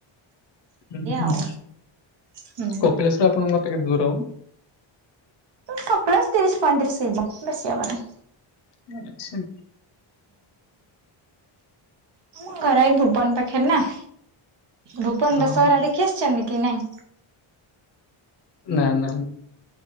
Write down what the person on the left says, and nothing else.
ହୁଁ ହୁଁ।
କପିଳାଶ୍ୱର ଆପଣଙ୍କ କେତେ ଦୂର?
<unintelligible>
ଓହୋ
ନା ନା।